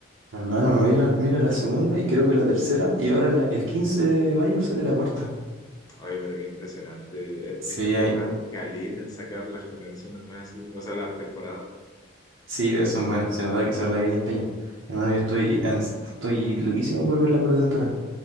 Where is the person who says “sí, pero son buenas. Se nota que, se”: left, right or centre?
Right